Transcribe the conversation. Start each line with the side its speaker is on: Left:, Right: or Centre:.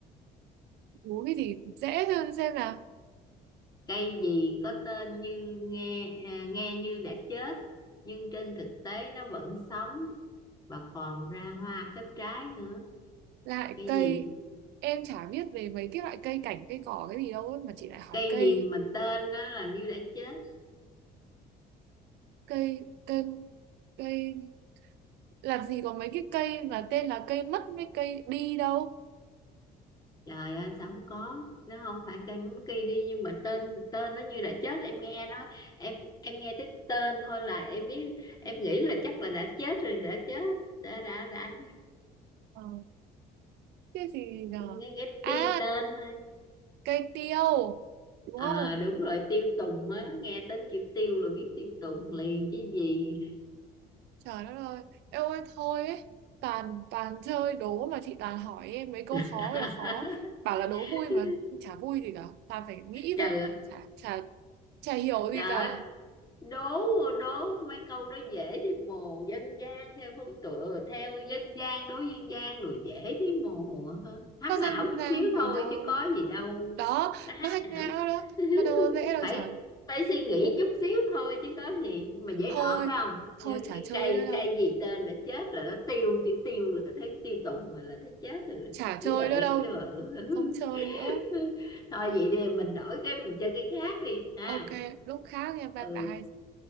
Right: Đố cái gì dễ thôi xem nào.
Left: Cây gì có tên như nghe à, nghe như đã chết nhưng trên thực tế nó vẫn sống và còn ra hoa kết trái nữa.
Right: lại
Left: Cây
Right: cây
Left: gì?
Right: em chả biết về mấy cái loại cây cảnh cây cỏ cái gì đâu ấy, mà chị lại hỏi
Left: Cây
Right: cây
Left: gì mà tên nó là như đã chết?
Right: cây cây cây làm gì có mấy cái cây mà tên là cây mất với cây đi đâu
Left: Trời ơi sao không có? Nó không phải cây mắm cây đi nhưng mà tên tên nó như đã chết em nghe nó em em nghe tới tên thôi là em biết em nghĩ là chắc là đã chết rồi đã chết đã đã đã
Right: Ờ, cái gì nhờ
Left: nghe ghép
Right: à
Left: tia tên thôi
Right: cây tiêu đúng
Left: à
Right: không
Left: đúng rồi tiêu tùng á nghe tên chữ tiêu là biết tiêu tùng liền chứ gì
Right: trời đất ơi em ơi thôi ấy. toàn toàn chơi đố mà chị toàn hỏi em mấy câu
Left: <laughs>
Right: khó ơi là khó bảo là đố vui
Left: Ừ.
Right: mà chả vui gì cả toàn phải nghĩ
Left: trời
Right: thôi
Left: ơi
Right: chả chả chả hiểu gì
Left: Trời ơi,
Right: cả
Left: đố đố mấy câu đó dễ thấy mồ dân gian theo phong tựa theo dân gian đối dân gian rồi dễ thấy mồ hả? Hack
Right: có
Left: não
Right: dân
Left: chút
Right: gian
Left: xíu
Right: gì
Left: thôi
Right: đâu
Left: chứ có gì đâu
Right: đó
Left: nó hack
Right: nó hack
Left: não
Right: não đó
Left: <laughs>
Right: nó đâu có dễ đâu
Left: phải
Right: trời
Left: phải suy nghĩ chút xíu thôi chứ có gì Nhưng mà dễ
Right: thôi
Left: ọt phải không
Right: thôi
Left: giống
Right: chả
Left: như
Right: chơi
Left: cây
Right: nữa đâu
Left: cây gì tên đã chết là nó tiêu chữ tiêu là thấy tiêu tùng rồi là thấy chết rồi
Right: chả
Left: dễ
Right: chơi nữa
Left: ẹt
Right: đâu
Left: thế mà
Right: không chơi
Left: <laughs>
Right: nữa
Left: <laughs> thôi vậy đi mình đổi cái mình chơi cái khác đi ha
Right: ok lúc khác nha bye
Left: ừ
Right: bye